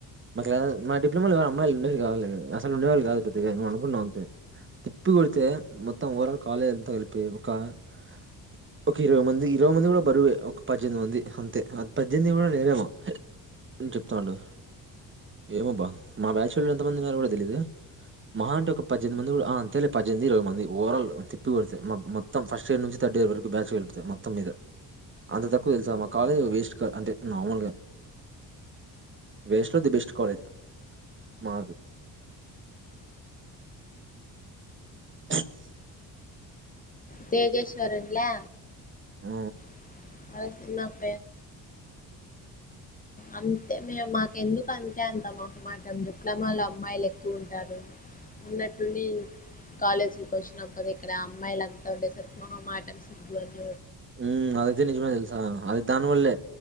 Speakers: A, on the right; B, on the left.
A: మాకు మా డిప్లొమాలో అమ్మాయిలు ఉండే కా అసలు ఉండేవాళ్ళు కాదుద్దగా మే అనుకున్నాం అంతే తిప్పికొడితే మొత్తం ఓవరాల్ కాలేజీ అంత కలిపి ఒక ఒక ఇరవై మంది ఇరవై మంది కూడా బరువే ఒక పద్దెనిమిది మంది అంతే అ పద్దెనిమిది కూడా లేరేమా చెప్తా ఉండు ఏమో బా మా బ్యాచ్ వాళ్ళు ఎంతమంది మ కూడా తెలిదు మాహ అంటే ఒక పద్దెనిమిది మంది కూడా ఆ అంతేలే పద్దెనిమిది ఇరవై మంది ఓవరాల్ తిప్పిక కొడితే మొత్తం ఫస్ట్ ఇయర్ నుంచి థర్డ్ ఇయర్ వరకు బ్యాచ్ త మొత్తం మీద అంత తక్కువ తెలుసా మా కాలేజ్ వేస్ట్ అంటే నార్మల్గా వేస్ట్ లో ది బెస్ట్ కాలేజ మా <inaudible>
B: తేజేశ్వర్ ఉన్లే
A: ఆ
B: <unintelligible> అ అంతే మే మాకు ఎందుకు అంతే అంత మొహమాటం డిప్లొమా లో అమ్మాయిలు ఎక్కుకివ ఉంటారు ఉన్నట్టుండి కాలేజీకి వచ్చినాం కదా ఇక్కడ అమ్మాయిలు అంతా ఉండే మొహమాటం సిగ్గు అని
A: ఏ అద అది నిజమే తెలుసా అది దాని వల్లే